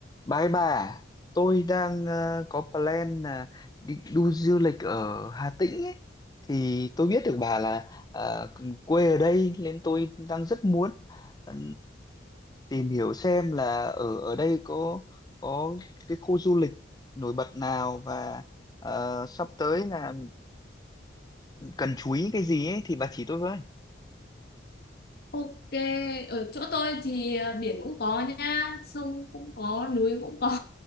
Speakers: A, on the left (about 20°); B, on the left (about 55°).
A: Bái bà, tôi đang ờ, có plan là đi đu du lịch ở Hà Tĩnh ấy. Thì tôi biết được bà là ờ, quê ở đây nên tôi đang rất muốn ờ, tìm hiểu xem là ở ở đây có có cái khu du lịch nổi bật nào và ờ, sắp tới là cần chú ý cái gì ấy thì bà chỉ tôi với.
B: Ok, ở chỗ tôi thì ờ, biển cũng có nha, sông cũng có, núi cũng có.